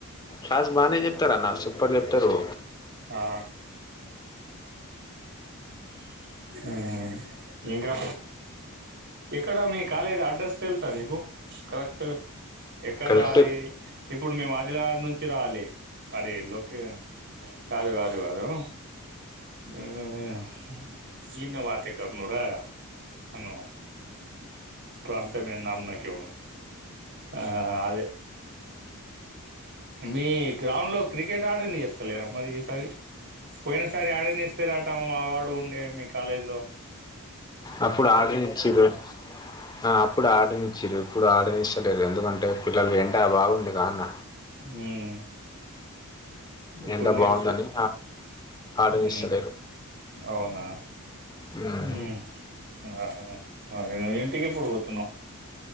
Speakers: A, on the left; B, on the right.
A: క్లాస్ బానే చెప్తార అన్న సూపర్ చెప్తరు.
B: ఆ! ఆహా ఇంకా ఎక్కడ మీ కాలేజ్ అడ్రస్ తెలుసా నీకు కరెక్ట్ ఎక్కడ
A: కరెక్ట్
B: రావాలి ఇప్పుడు మేము ఆదిలాబాద్ నుంచి రావాలి మరి లోకే ఆ కాదు కాదు కాదును ఉమ్మ్ సీను వాతె కర్ నురా అను ప్రాంత మ <unintelligible> ఆ అదే మీ గ్రౌండ్ లో క్రికెట్ ఆడ నిస్తలేరా మరి? సరి పోయిన సారీ ఆడనిస్తరెట మా వాడు ఉండే మీ కాలేజీలో
A: అప్పుడు ఆడ నిచిర్రు ఆ అప్పుడు ఆడనించరు ఇప్పుడు ఆడనిస్తలేరు ఎందుకంటే పిల్లలకి ఎంట బాగుంది గా అన్న
B: ఉమ్, ఇప్పుడు
A: ఎండ
B: నేర్సు
A: బాగుందని ఆర్డర్
B: హు
A: ఇస్తలేరు
B: అవునా
A: మ్మ్
B: ఉమ్ ఆ ఆ మరి నువ్ ఇంటికి ఎప్పుడు పోతున్నావ్